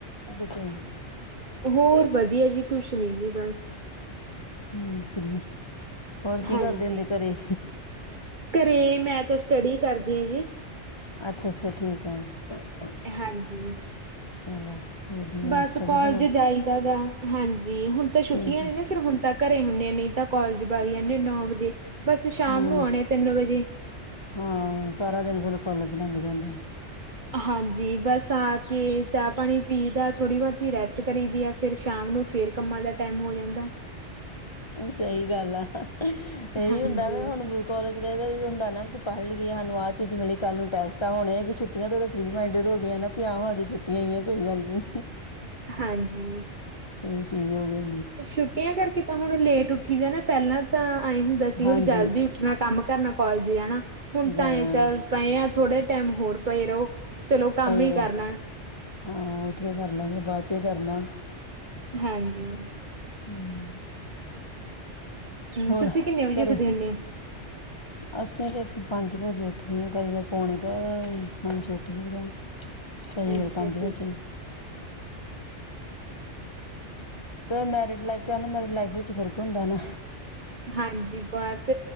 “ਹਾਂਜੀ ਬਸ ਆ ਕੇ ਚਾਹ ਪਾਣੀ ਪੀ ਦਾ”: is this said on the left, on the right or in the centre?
Right